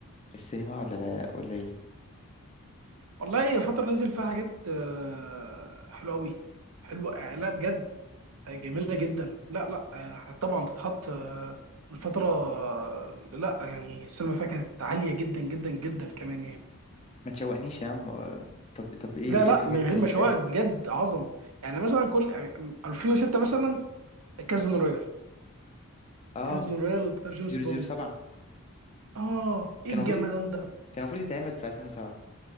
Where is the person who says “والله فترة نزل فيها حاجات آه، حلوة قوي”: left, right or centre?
Right